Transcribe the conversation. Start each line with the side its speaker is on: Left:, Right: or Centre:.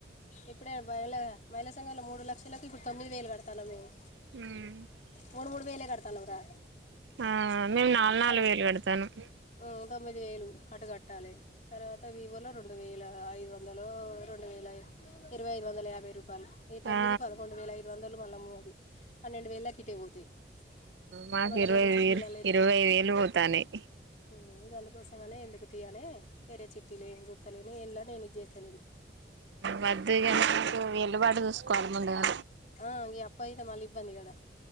Left: ఇప్పుడే మహిళ మహిళ సంఘంలో మూడు లక్షలకు ఇప్పుడు తొమ్మిది వేలు కడతనము మేము.
Right: మ్
Left: మూడు మూడు వేలే కట్తానం రా
Right: ఆ మేము నాలుగు నాలుగు
Left: తమ్
Right: వేలు కడతానం
Left: మ్ తొమ్మిది వేలు అటుకట్ తర్వాత వివో లో రెండు వేల ఐ వ వంద రెండు వేల ఇరవై ఐదు వందల యాభై రూపాయలు ఈ తొమ్మిది
Right: ఆ
Left: పదకొండు వేల ఐదు ఐదు వందలు మళ్ళము అది పన్నెండు వేలకి ఇట్టే పోతాయి.
Right: మాకు
Left: ఇక మళ్ళీ
Right: ఇరవై
Left: వేరే
Right: వ
Left: చిట్టీలలో
Right: ఇరవై వేలు పోతానేయి
Left: మ్ గందుకోసమనే ఎందుకు తీయనే వేరే చిట్టీలు ఏం చూద్ చెలేని ఎం చేస్తా లేను
Right: వద్దు కాంట నాకు వెల్లుబాటు చూసుకోవాలి ముందు గా
Left: ఆ ఈ అబ్బాయి అయితే మళ్ళీ ఇబ్బంది కదా